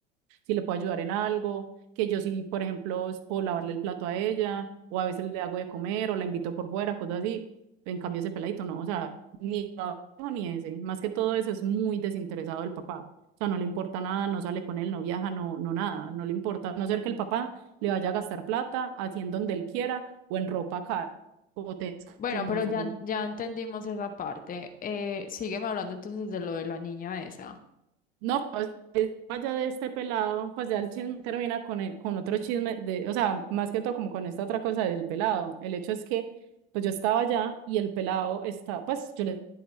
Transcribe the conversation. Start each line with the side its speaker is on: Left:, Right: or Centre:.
Right: si le puedo ayudar en algo, que yo sí, por ejemplo, es puedo lavarle el plato a ella, o a veces le hago de comer, o la invito por fuera, cosas así. En cambio, ese peladito no, o sea, ni lo hijo ni ese. Más que todo eso es muy desinteresado el papá. O sea, no le importa nada, no sale con él, no viaja, no, no nada, no le importa. A no ser que el papá le vaya a gastar plata, haciendo donde él quiera o en ropa cara o testimos
Left: Bueno, pero ya,
Right: así.
Left: ya entendimos esa parte. Eh, sígueme hablando entonces de lo de la niña esa.
Right: No, pues es- más allá de este pelado, pues ya el chisme termina con el, con otro chisme de, o sea, más que todo como con esta otra cosa del pelado. El hecho es que, pues yo estaba allá y el pelado está, pues yo le